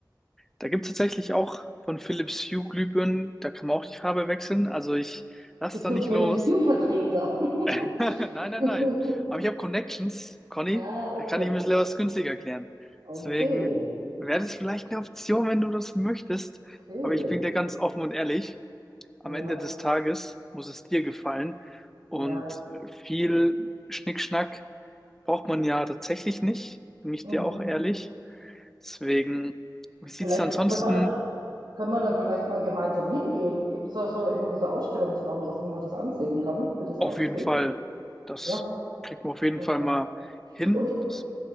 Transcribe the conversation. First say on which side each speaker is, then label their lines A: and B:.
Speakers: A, in the centre; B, on the right.
A: Da gibt es tatsächlich auch von Philips Hue Glühbirnen, da kann man auch die Farbe wechseln. Also ich lass
B: Bist
A: da
B: du
A: nicht
B: Philipp
A: los.
B: Stew-Vertreter? <laughs>
A: <laughs> Nein, nein, nein. Aber ich habe Connections, Conny,
B: Ah,
A: da
B: okay.
A: kann ich ein bisschen was günstiger klären.
B: Okay.
A: Deswegen wäre das vielleicht eine Option, wenn du das möchtest.
B: Okay.
A: Aber ich bin dir ganz offen und ehrlich am
B: Ja,
A: Ende des Tages muss es dir gefallen. Und
B: ja.
A: viel Schnickschnack braucht man ja tatsächlich nicht, bin ich
B: Mhm.
A: dir auch ehrlich. Deswegen, wie sieht's
B: Vielleicht
A: denn ansonsten?
B: können wir da, können wir da vielleicht mal gemeinsam hingehen. Gibt es da so irgendwie so Ausstellungsraum, dass man das ansehen kann, wie das
A: Auf
B: aussieht?
A: jeden Fall, das
B: Ja,
A: kriegt man auf jeden
B: okay.
A: Fall mal hin.
B: Und
A: Das,